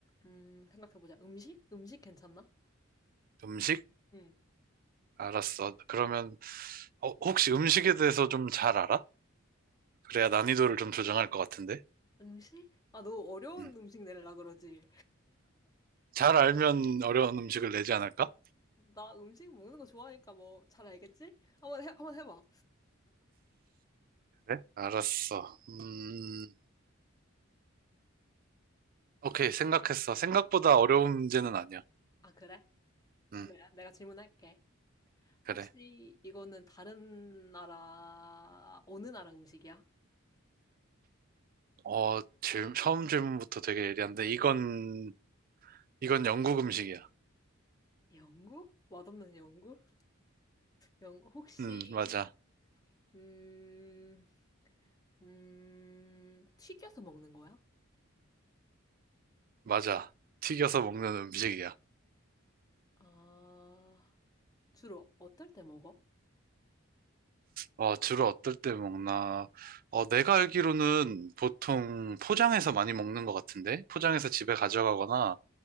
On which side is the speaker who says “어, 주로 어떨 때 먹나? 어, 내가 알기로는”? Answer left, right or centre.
Right